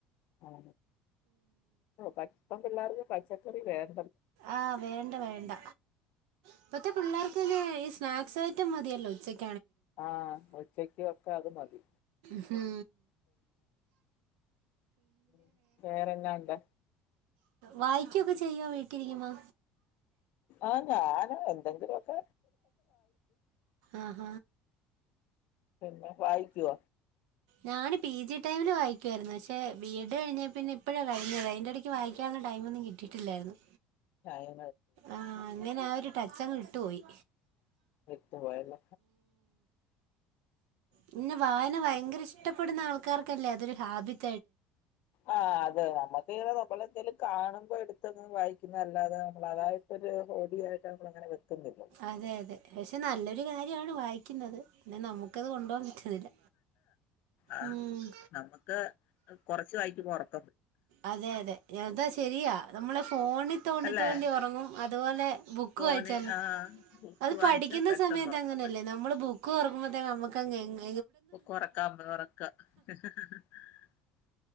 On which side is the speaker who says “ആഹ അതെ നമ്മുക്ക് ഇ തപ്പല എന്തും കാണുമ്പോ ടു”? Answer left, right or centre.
Left